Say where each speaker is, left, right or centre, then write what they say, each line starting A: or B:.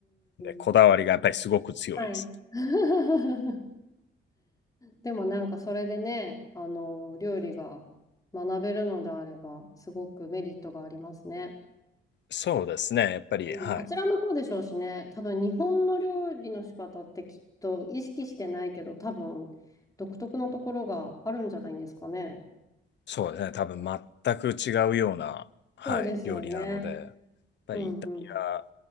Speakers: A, on the left; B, on the left.
A: で、こだわりがやっぱりすごく強いです。
B: ん。はい。<laughs> でもなんかそれでね、あの、料理が学べるのであれば、すごくメリットがありますね。
A: そうですね。やっぱり、
B: うん、
A: はい。
B: あちらもそうでしょうしね、多分日本の料理の仕方ってきっと意識してないけど、多分独特のところがあるんじゃないんですかね。
A: そうですね。多分全く違うような、はい、
B: そうですよね。
A: 料理なので、やっぱりイタリア、
B: うんうん。